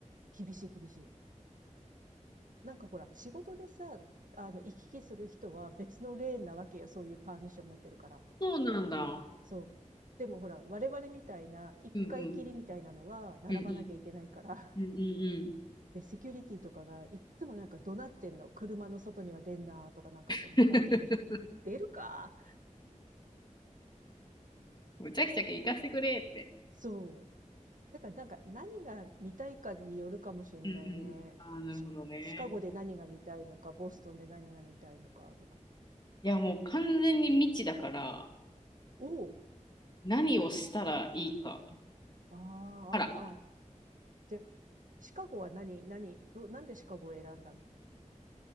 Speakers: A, on the right (about 85°); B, on the left (about 35°).
A: 厳しい厳しい。なんかほら、仕事でさ、あの、行き来する人は別のレーンなわけよ。そういうパーミッション持ってるから。
B: そうなんだ。
A: そう。でもほら、我々みたいな、一回きりみたいなのは、
B: うんうん。
A: 並ばなきゃいけないから、
B: うんうん。うんうんうん。
A: で、セキュリティとかがいっつもなんか怒鳴ってんの。車の外には出んなとかなんかそんな感じで。
B: <laughs>
A: <laughs> 出るか
B: むちゃくちゃ行かせてくれって。
A: そう。だからなんか何が見たいかによるかもしれないね。
B: うんうん。ああ、なるほどね。
A: シシカゴで何が見たいのか、ボストンで何が見たいのかとか。
B: いや、もう完全に未知だから、
A: おお、
B: 何をしたらいいか。
A: ああ、
B: あら。
A: ああ、ああ。じゃ、シカゴは何、何、ど、なんでシカゴを選んだの